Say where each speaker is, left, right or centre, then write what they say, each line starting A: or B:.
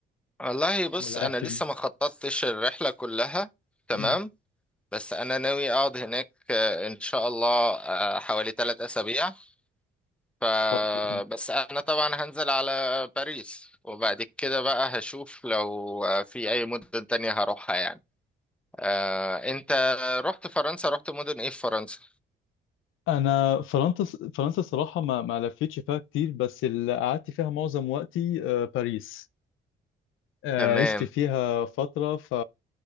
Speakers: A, in the centre; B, on the left.
A: والله بص
B: ولا رايح
A: انا
B: فين
A: لسه ما خططتش الرحلة كلها تمام
B: مم.
A: بس انا ناوي اقعد هناك آه، ان شاء الله آه، حوالي ثلاث اسابيع ف
B: كويس جدا
A: بس انا طبعا هنزل على باريس وبعد كده بقى هشوف لو آه، في اي مدن تانية هروحها يعني آه، انت رحت فرنسا رحت مدن ايه في فرنسا
B: انا فرنسا فرنسا الصراحه ما ما لفيتش فيها كتير بس اللي قعدت فيها معظم وقتي آه، باريس آه،
A: تمام
B: عشت فيها فترة ف...